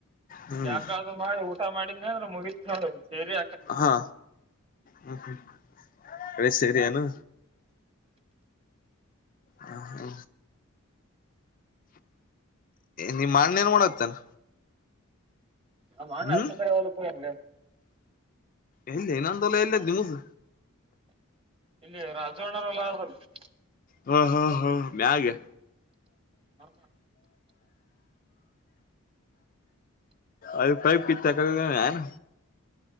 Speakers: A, on the left; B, on the right.
A: ಹ್ಮ್
B: ಯಾಕ ಮಾಡಿ ಊಟ ಮಾಡಿದ ಅಂದ್ರೆ ಮುಗತ್ ನೋಡ್ ಸರಿ
A: ಹಾ ಹ ಹ ಕಳಿ ಸೀರೀನು ಹ ಹಾ ನಿ ಮಣ್ಣೇನ್ ಮಾಡಾಕತ್ಯನ
B: ನಮ್ ಅಣ್ಣ
A: ಹ್ಮ್
B: ಆಚೆಕಡೆ ಹೊಲಕ್ ಹೋಗೇನ್ಲೆ
A: ಎಲ್ಲಿ ಇನಂದೋಲ್ಲ ಎಲ್ಲದ್ ನಿಮೊದು
B: ಇಲ್ಲಿ ರಾಜವಣ್ಣರ ಹೊಲ <unintelligible>
A: ಹಾ ಹಾ ಹಾ ಮ್ಯಾಗ
B: ಹಾ
A: ಅದು ಪೈಪ್ ಕಿತಾಕದೆನ್